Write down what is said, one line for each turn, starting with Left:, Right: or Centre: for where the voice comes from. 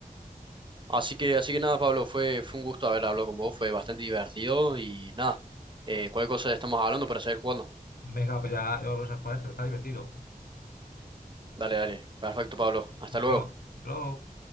Right: Así que, así que nada, Pablo, fue, fue un gusto haber hablado con vos, fue bastante divertido y nada, eh, cualquier cosa estamos hablando para seguir jugando.
Left: Venga, pues ya vamos a jugar esto, está divertido.
Right: Dale, dale. Perfecto, Pablo. Hasta
Left: Venga,
Right: luego.
Left: hasta luego.